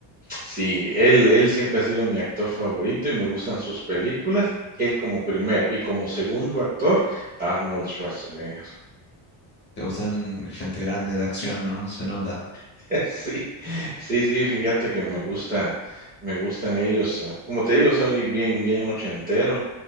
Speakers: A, on the right; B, on the left.
A: Sí, él él siempre ha sido mi actor favorito y me gustan sus películas, él como primero, y como segundo actor, Arnold Schwarzenegger.
B: Te gustan gente grande de acción, ¿no? Se nota.
A: <laughs> Sí, sí, sí, fíjate que me gusta, me gustan ellos. eh, Como te digo, soy bien, bien ochentero.